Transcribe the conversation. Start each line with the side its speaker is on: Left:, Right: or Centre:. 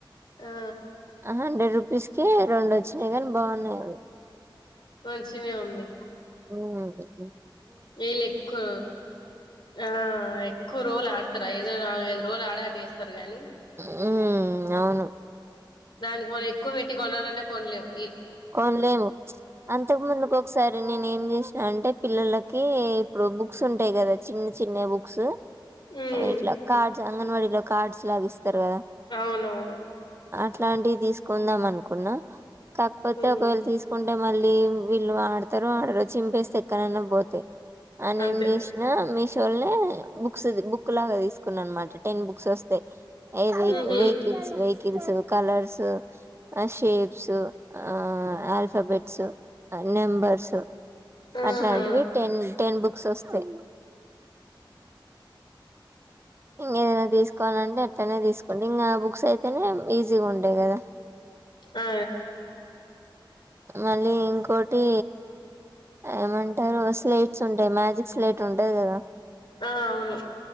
Left: ఆ
Right: ఆహ్ హండ్రెడ్ తీసుక రెండు వచ్చినాయి కాని బాన్నాయి అవి
Left: మనిషినే ఉంది
Right: హుమ్
Left: ఏల్ ఎక్కు ఆ ఎక్కువ రోజులు ఆ ఐదు నాలుగైదు రోజులు ఆడ తిస్ తిస్తారు గాని
Right: హుమ్ అవును
Left: దానికి మనం ఎక్కువ పెట్టి కొనాలన్న కొనలేము
Right: కొనలేము అంతకు ముందుకు ఒకసారి నేనేం ఏం చేసిన అంటే పిల్లలకి ఇప్పుడు బుక్స్ ఉంటాయి కదా చిన్న చిన్న బుక్స్
Left: ఉమ్
Right: ఇట్లా కార్డ్స్ ఆంగన్వాడి కార్డ్ లాగిస్త రు గదా
Left: అవునవును
Right: ఇట్లాంటివి తీసుకుందాం అనుకున్నా పోతే
Left: ఉమ్
Right: ఒకవేళ తీసుకుంటే అంటే మళ్ళీ వీళ్ళు ఆడతారు ఆడరో చింపేస్తే ఎక్కడన్నా పోతే అని
Left: అంతే
Right: ఏం జేసినా మి బుక్స్ది బుక్ లాగా తీసుకున్నా అనమాట టెన్ బుక్స్ వస్తాయి ఏ వెకి
Left: ఉహు
Right: వేకిల్స్ వేకిల్స్ కలర్స్ ఆ షేప్స్ ఆ ఆల్ఫాబెట్సు నెంబర్స్
Left: ఆహా
Right: అట్లాంటివి టెన్ టెన్ బుక్స్ ఒస్ అయి ఇంకేదైనా తీసుకోవాలంటే ఇట్లనే తీసుకోండి ఇంగా ఆ బుక్స్ అయితేనే ఈజీగా ఉంటయి గద
Left: ఆ
Right: మళ్ళీ ఇంకో టీ ఏమం టరు స్లేట్స్ ఉంటాయి మ్యాజిక్ స్లేట్ ఉంటది గదా
Left: ఆ అవును